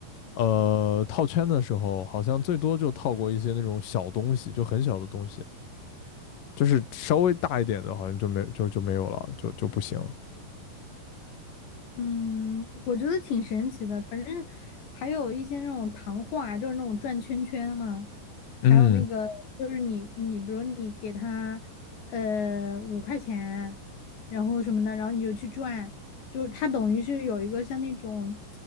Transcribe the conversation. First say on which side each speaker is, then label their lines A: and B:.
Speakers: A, on the left; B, on the left.
A: 呃，套圈的时候好像最多就套过一些那种小东西，就很小的东西，就是稍微大一点的，好像就没就就没有了，就就不行。
B: 嗯，我觉得挺神奇的。反正还有一些那种糖画，就是那种转圈圈嘛。
A: 嗯，
B: 还有那个，就是你你比如你给他呃五块钱，然后什么的，然后你就去转，就是它等于是有一个像那种